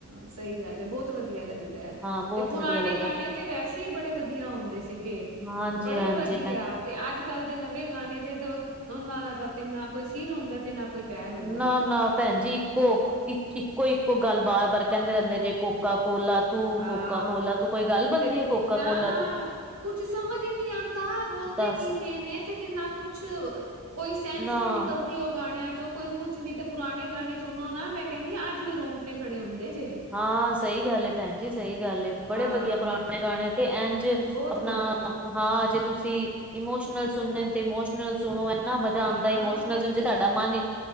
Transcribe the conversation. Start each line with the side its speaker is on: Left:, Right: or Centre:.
Right: ਸਹੀ ਗੱਲ ਹੈ, ਬਹੁਤ ਵਧੀਆ ਲੱਗਦਾ।
Centre: ਬਹੁਤ
Right: ਪੁਰਾਣੇ
Centre: ਵਧੀਆ ਲੱਗਦਾ
Right: ਗਾਣੇ ਤੇ ਵੈਸੇ ਹੀ ਬੜੇ ਵਧੀਆ ਆਉਂਦੇ ਸੀਗੇ।
Centre: ਹਾਂਜੀ-ਹਾਂਜੀ
Right: ਬੜੇ ਹੀ ਵਧੀਆ।
Centre: ਭੈ
Right: ਤੇ ਅੱਜ ਕੱਲ ਦੇ ਨਵੇਂ ਗਾਣੇ ਦੇ, ਉਹਨਾਂ ਦਾ ਤੇ ਨਾ ਕੋਈ ਸਿਰ ਹੁੰਦਾ ਤੇ ਨਾ ਕੋਈ ਪੈਰ ਹੁੰਦਾ
Centre: ਨਾ-ਨਾ।
Right: ਜੇ
Centre: ਭੈਣ ਜੀ ਇੱਕੋ-ਇੱਕੋ-ਇੱਕੋ ਗੱਲ ਬਾਰ-ਬਾਰ ਕਹਿੰਦੇ ਰਹਿੰਦੇ ਜੇ ਕੋਕਾ ਕੋਲਾ ਤੂੰ
Right: ਹਾਂ
Centre: ਕੋਕਾ -ਕੋਲਾ ਤੂੰ, ਕੋਈ ਗੱਲ ਬਣਦੀ
Right: ਤੇ
Centre: ਹੈ ਕੋਕਾ
Right: ਨਾ
Centre: ਕੋਲਾ ਤੂੰ।
Right: ਕੁਛ ਸਮਝ ਹੀ ਨਹੀਂ ਆਂਦਾ ਬੋਲਦੇ
Centre: ਦੱਸ
Right: ਕੀ ਪੇ ਨੇ ਤੇ ਕਿੰਨਾ ਕੁਛ ਕੁਛ, ਕੋਈ ਸੈਂਸ
Centre: ਨਾ
Right: ਨਹੀਂ ਨਿਕਲਦੀ ਉਹ ਗਾਣਿਆਂ ਚੋ ਉਹ ਕੋਈ ਕੁਛ ਨੀ ਤੇ ਪੁਰਾਂਣੇ ਗਾਣੇ ਸੁਣੋ ਨਾ ਮੈਂ ਕਹਿੰਦੀ ਹਾਂ, ਅੱਜ ਵੀ ਰੋਂਗਟੇ ਖੜੇ ਹੁੰਦੇ ਜੇ।
Centre: ਹਾਂ ਸਹੀ ਗੱਲ ਏ, ਭੈਣ ਜੀ ਸਹੀ ਗੱਲ ਏ। ਬੜੇ
Right: ਹਾਂ
Centre: ਵਧੀਆ ਪੁਰਾਣੇ ਗਾਣੇ ਤੇ ਜੇ
Right: ਬਹੁਤ
Centre: ਆਪਣਾ
Right: ਵਧੀਆ
Centre: ਹਾਂ, ਜੇ ਤੁਸੀਂ ਇਮੋਸ਼ਨਲ ਸੁਣੇ ਤੇ ਇਮੋਸ਼ਨਲ ਸੁਣੋ, ਇੰਨਾ ਮਜ਼ਾ
Right: ਹਾਂ
Centre: ਆਉਂਦਾ ਇਮੋਸ਼ਨਲ ਉਂਝ ਤੁਹਾਡਾ ਮਨ